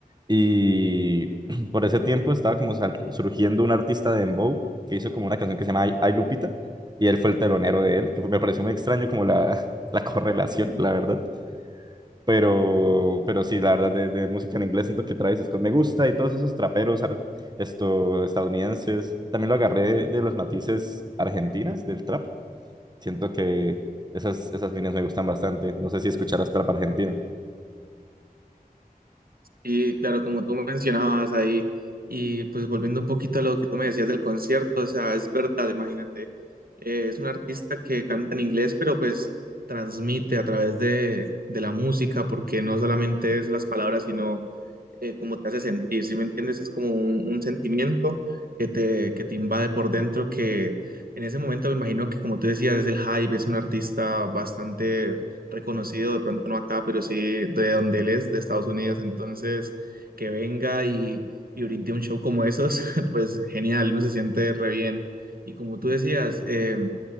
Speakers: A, on the right; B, on the right.
A: y <clears throat> por ese tiempo estaba como sal- surgiendo un artista de Dembow que hizo como una canción que se llama Ay Ay, Lupita y él fue el telonero de él, que fue- me pareció muy extraño como la, <laughs> la correlación, la verdad. Pero, pero sí, la verdad, de, de música en inglés siento que Travis Scott me gusta y todos esos traperos ar- esto, estadounidenses. También lo agarré de los matices argentinas del trap. Siento que esas, esas líneas me gustan bastante. No sé si escucharás trap argentino.
B: Y claro, como tú mencionabas ahí, y pues volviendo un poquito a lo que tú me decías del concierto, o sea, es verdad, imagínate, eh, es un artista que canta en inglés, pero pues transmite a través de, de la música, porque no solamente es las palabras, sino eh, cómo te hace sentir, ¿sí me entiendes? Es como un, un sentimiento que te, que te invade por dentro, que en ese momento me imagino que como tú decías, es el hype, es un artista bastante reconocido, de pronto no acá, pero sí de donde él es, de Estados Unidos. Entonces, que venga y, y brinde un show como esos, <laughs> pues genial, uno se siente re bien. Y como tú decías, eh,